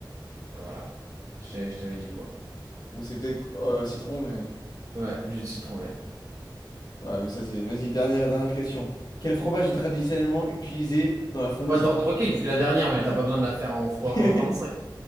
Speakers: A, on the right; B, on the left.
A: Voilà. Je, t'ai- je t'avais dit quoi?
B: Ou c'est peut-être euh, citron, mais.
A: Ouais, jus de citron vert.
B: Ouais, mais ça c'est. Vas-y, dernière, dernière question. Quel fromage est traditionnellement utilisé dans la fondue
A: Ouais,
B: savoyarde?
A: dans- tranquille, c'est la dernière, mais t'as pas besoin de la faire en fois 1,25.
B: <laughs>